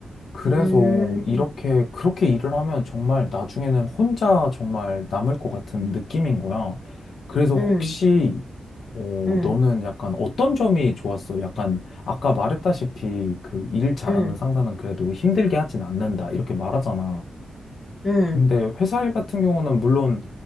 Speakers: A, on the left; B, on the left.
A: 그래서
B: 음,
A: 이렇게, 그렇게 일을 하면 정말 나중에는 혼자 정말 남을 것 같은 느낌인 거야. 그래서
B: 음,
A: 혹시, 어,
B: 음,
A: 너는 약간 어떤 점이 좋았어? 약간, 아까 말했다시피 그 일 잘하는
B: 음,
A: 상사는 그래도 힘들게 하진 않는다. 이렇게 말하잖아.
B: 음,
A: 근데 회사 일 같은 경우는 물론